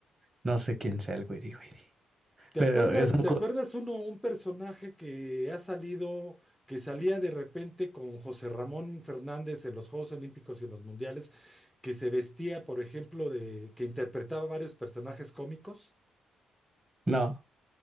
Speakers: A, on the right; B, in the centre.
A: No sé quién sea el güiri güiri.
B: ¿Te
A: Pero
B: acuerdas,
A: es un.
B: te
A: co-
B: acuerdas uno, un personaje que ha salido, que salía de repente con José Ramón Fernández en los Juegos Olímpicos y en los Mundiales, que se vestía, por ejemplo, de, que interpretaba varios personajes cómicos?
A: No,